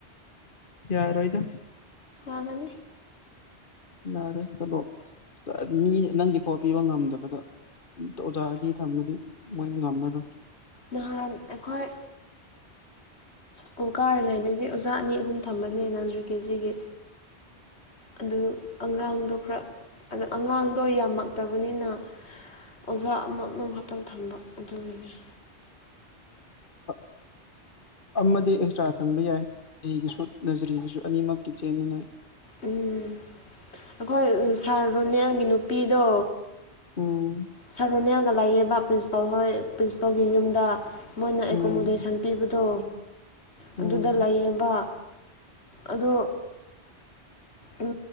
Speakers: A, on the left; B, on the left.
A: ꯌꯥꯔꯣꯍꯤꯗ
B: ꯃꯥꯅꯤ
A: ꯌꯥꯔꯦ ꯆꯂꯣ ꯃꯤ ꯅꯪꯒꯤ ꯄꯣꯠ ꯄꯤꯕ ꯉꯝꯗꯕꯗ ꯑꯣꯖꯥꯗꯤ ꯊꯝꯃꯗꯤ ꯃꯣꯏ ꯉꯝꯃꯔꯣꯏ
B: ꯅꯍꯥꯟ ꯑꯩꯈꯣꯏ ꯁ꯭ꯀꯨꯜ ꯀꯥꯔꯤꯉꯩꯗꯗꯤ ꯑꯣꯖꯥ ꯑꯅꯤ ꯑꯍꯨꯝ ꯊꯝꯕꯅꯤꯅꯦꯅ ꯍꯧꯗ꯭ꯔꯤ ꯀꯦꯖꯤꯒꯤ ꯑꯗꯨ ꯑꯉꯥꯡꯗꯣ ꯈꯔ ꯑꯉꯥꯡꯗꯣ ꯌꯥꯝꯃꯛꯇꯕꯅꯤꯅ ꯑꯣꯖꯥ ꯑꯃ ꯉꯍꯥꯛꯇꯪ ꯊꯝꯕ ꯑꯗꯨꯗꯨꯅꯤ
A: ꯍ ꯑꯃꯗꯤ ꯑꯦꯛꯁꯇ꯭ꯔꯥ ꯊꯝꯕ ꯌꯥꯏ ꯖꯤꯒꯤꯁꯨ ꯅꯖꯔꯤꯒꯤꯁꯨ ꯑꯅꯤꯃꯛꯀꯤ ꯆꯦꯟꯅꯤꯡꯉꯩ
B: ꯎꯝ ꯑꯩꯈꯣꯏ ꯁꯥꯔ ꯔꯣꯅꯦꯜꯒꯤ ꯅꯨꯄꯤꯗꯣ
A: ꯑꯣ
B: ꯁꯥꯔ ꯔꯣꯅꯦꯜꯒ ꯂꯩꯌꯦꯕꯥ ꯄ꯭ꯔꯤꯟꯁꯤꯄꯥꯜ ꯍꯣꯏ ꯄ꯭ꯔꯤꯟꯁꯤꯄꯥꯜꯒꯤ ꯌꯨꯝꯗ ꯃꯣꯏꯅ ꯑꯦꯀꯣꯃꯣꯗꯦꯁꯟ
A: ꯎꯝ
B: ꯄꯤꯕꯗꯣ ꯑꯗꯨꯗ
A: ꯎꯝ
B: ꯂꯩꯌꯦꯕ ꯑꯗꯣ ꯎꯝ